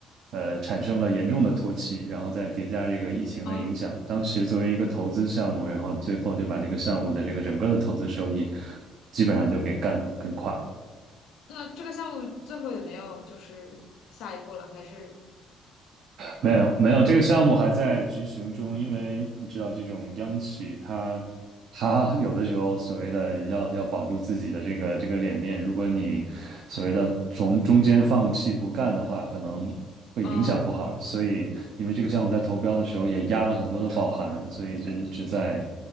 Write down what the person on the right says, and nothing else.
呃产生了严重的拖期，然后再叠加这个疫情的影响，
当时作为一个投资项目，然后最后就把这个项目的这个整个的投资收益基本上就给干干垮了。
没有没有，这个项目还在执行中，因为你知道这种央企它，它有的时候所谓的要要保住自己的这个这个脸面，如果你所谓的从中间放弃不干的话，可能会影响不好。
所以因为这个项目在投标的时候也压了很多的保函，所以就一直在